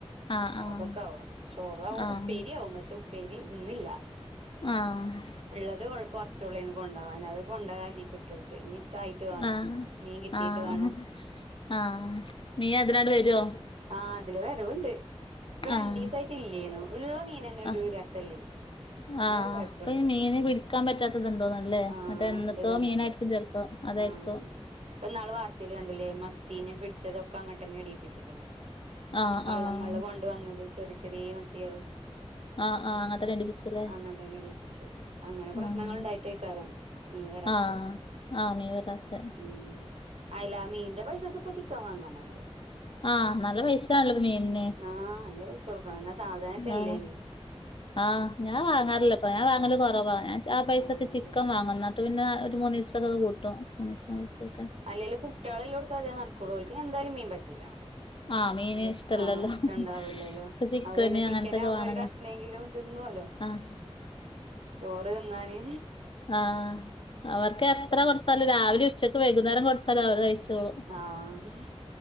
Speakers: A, on the left (about 50°); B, on the right (about 75°).
A: ആഹ് ആഹ്
B: അതൊക്കാവും. ചോറാവും
A: ആഹ്
B: ഉപ്പേരിയാവും പക്ഷെ ഉപ്പേരി ഇന്നില്ല.
A: ആഹ്
B: ഇള്ളത് കൊ കുറച്ചൊള്ളേന് കൊണ്ടാകാന് അത് കൊണ്ടാകാനില്ലേക്ക് ഇട്ട് കൊടുത്ത്. ഇനി ക്കായിട്ട് വേണം.
A: ആഹ്
B: മീൻ കിട്ടീട്ട്
A: ആഹ്
B: വേണം.
A: ആഹ് മീനതിനാണ്ട് വരുവോ.
B: ആഹ് അതില് വരവുണ്ട്. ഇപ്പൊ രണ്ടീസായിട്ട്
A: ആഹ്
B: ഇല്ലേനു. ഒരു വക മീനന്നെ
A: ആഹ്
B: ഒരു രസല്ലേ. അങ്ങനൊരു
A: ആഹ്
B: കൊഴപ്പുണ്ട്
A: അപ്പൊ ഈ മീന് പിടിക്കാൻ പറ്റാത്തതുണ്ടോന്നല്ലേ
B: ആഹ്
A: എന്നട്ട് എന്നത്തോ
B: ഇണ്ട് തോന്ന്ണ്ട്
A: മീനാരിട്ടും ചെലപ്പോ. അതാരിക്കും.
B: ആഹ് ഇപ്പൊ നാള് വാർത്തയിൽ കണ്ടില്ലേ. മത്തീനെ പിടിച്ചതൊക്കെ അങ്ങട്ട തന്നെ ഇടിയിപ്പിച്ചിക്കണം.
A: ആഹ്
B: വള്ളങ്ങളില്
A: ആഹ്
B: കൊണ്ട വന്നത് ചെറിയ ചെറിയ മത്തികള്.
A: ആഹ് ആഹ് അങ്ങട്ടന്നെ ഇടിപ്പിച്ചല്ലേ
B: അങ്ങനെ തന്നെ ഇടിപ്പിച്ചു അങ്ങനെ പ്രശ്നങ്ങൾ
A: ആഹ്
B: ഉണ്ടായിട്ടേക്കാര ഇവ രാത്രി
A: ആഹ് ആഹ് മീൻ വരാത്തെ
B: ഉം അയില്ല മീന്റെ പൈസൊക്കെ ഇപ്പൊ ചിക്കൻ വാങ്ങാനല്ലേ
A: ആഹ് നല്ല പൈസാണല്ലോ മീനെ
B: ആഹ് നല്ല പൈസ കൊടുക്കണം എന്നാ സാധാരണട്ടല്ലേനു
A: ആഹ് ആഹ് ഞാ വാങ്ങാറില്ലപ്പപ്പോ ഞൻ വാങ്ങല് കുറവാ. ഞാൻ ആഹ പൈസൊക്കെ
B: ആഹ്
A: ചിക്കൻ വാങ്ങുന്ന പിന്നെ ഒരു മൂന്ന് ദിവസംക്കെ കൂട്ടും. മൂന്ന ദിവസൊക്കെ
B: അല്ലെല് കുട്ടികളെല്ലോടുത്ത അതേ നടക്കുള്ളോലക്ക് എന്താലും മീൻ പറ്റൂല.
A: ആഹ് മീന്
B: അഹ
A: ഇഷ്ടല്ലല്ലോ
B: ആഹ് ഇഷ്ട ഉണ്ടാവൂല്ലല്ലോ
A: ക്ക് ചിക്കന്
B: അപ്പ പിന്നെ ചിക്കന
A: അങ്ങനത്തൊക്കെ
B: ആവുമ്പോ
A: വേണല്ലോ
B: ഒരു കഷ്ണമെങ്കിലും തിന്നുവല്ലോ.
A: ആഹ്
B: ചോറ് തിന്നാന്
A: ആഹ അവർക്ക് എത്ര കൊടുത്താലോ രാവിലെ ഉച്ചക്ക് വൈകുന്നേരം കൊടുത്താലോ അവര് കഴിച്ചോളൂ.
B: ആഹ